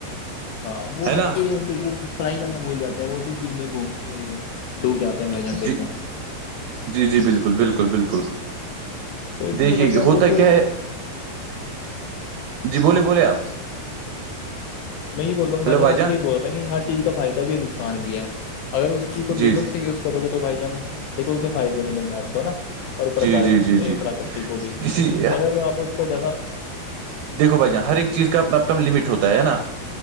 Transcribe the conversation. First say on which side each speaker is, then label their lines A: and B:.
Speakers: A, on the left; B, on the right.
A: ہاں وہ
B: ہے نا
A: بچے دیکھو پڑھائی کرنا بھول جاتے ہیں اسی چیز میں گوم ڈوب جاتے ہیں ب جان دیکھ
B: جی جی جی بالکل بالکل بالکل
A: اس
B: دیکھیے
A: لیے بھائی
B: کہ
A: جان
B: ہوتا
A: دیکھو
B: کیا ہے جی بولے بولے آپ
A: میں یہ بول رہ ہوں کہھائیب
B: ہیلو بھائی
A: اس
B: جان
A: لیے بول رہے ہیں کہ ہر چیز کا فائد بھی نقصان بھی ہے اگر اس کو
B: جی
A: لٹ
B: جی
A: سے یز کرو گے تو بھائی جان دیکو اس کے فائدے ملیں گے آپ کو نا اورکار
B: جی جی جی جی
A: کٹی کو بھی
B: کسی
A: اگر آپ اس کو زیادہ
B: دیکو بھائی جاناں ہر ایک چیز کا اپنا اپنا لمٹ ہوتا ہے نا